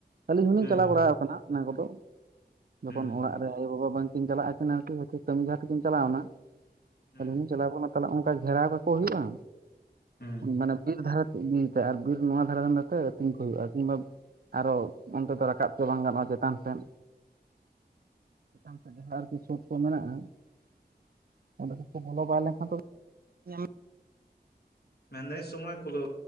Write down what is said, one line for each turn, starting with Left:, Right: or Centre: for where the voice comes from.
Right: ᱟᱹᱞᱤᱧ ᱦᱚᱸᱞᱤᱧ
Left: ᱦᱩᱸ
Right: ᱪᱟᱞᱟᱣ
Left: ᱦᱩᱸ
Right: ᱵᱟᱲᱟ ᱟᱠᱟᱱᱟ ᱚᱱᱟ ᱠᱚᱫᱚ, ᱡᱚᱠᱷᱚᱱ
Left: ᱦᱩᱸ
Right: ᱚᱲᱟᱜ
Left: ᱦᱩᱸ
Right: ᱟᱭᱳ ᱵᱟᱵᱟ ᱵᱟᱝᱠᱤᱱ ᱪᱟᱞᱟᱜᱼᱟᱠᱤᱱ ᱠᱟᱹᱢᱤ ᱡᱟᱦᱟᱸ ᱛᱮᱠᱤᱱ ᱪᱟᱞᱟᱣᱱᱟ,
Left: ᱦᱩᱸ
Right: ᱟᱞᱤᱧᱞᱤᱧ ᱪᱟᱞᱟᱣ ᱛᱟᱦᱚᱞᱮ ᱚᱱᱠᱟ ᱜᱷᱮᱨᱟᱣ ᱠᱟᱠᱚ ᱦᱩᱭᱩᱜᱼᱟ,
Left: ᱦᱩᱸ
Right: ᱢᱟᱱᱮ ᱵᱤᱨ ᱫᱷᱟᱨᱮ <unintelligible> ᱟᱨ ᱵᱤᱨ ᱱᱚᱣᱟ ᱫᱷᱟᱨᱮ ᱨᱮᱱ ᱱᱚᱛᱮ ᱟᱹᱛᱤᱧ ᱠᱚ ᱦᱩᱭᱩᱜᱼᱟ, ᱠᱤᱝᱵᱟ ᱟᱨᱚ ᱚᱱᱛᱮ ᱫᱚ ᱨᱟᱠᱟᱵ ᱚᱪᱚ ᱵᱟᱝ ᱜᱟᱱᱚᱜᱼᱟ ᱪᱮᱛᱟᱱ ᱥᱮᱫ ᱪᱮᱛᱟᱱ ᱥᱮᱫ ᱡᱟᱦᱟᱸ ᱟᱨᱠᱤ ᱥᱳᱫᱽ ᱠᱚ ᱢᱮᱱᱟᱜᱼᱟ ᱾ ᱚᱸᱰᱮ ᱠᱚᱠᱚ ᱵᱚᱞᱚ ᱵᱟᱭ ᱞᱮᱱᱠᱷᱟᱱ ᱫᱚ, <unintelligible>
Left: ᱢᱮᱱᱫᱟᱹᱧ ᱥᱚᱢᱚᱭ ᱠᱩᱞᱟᱹᱣ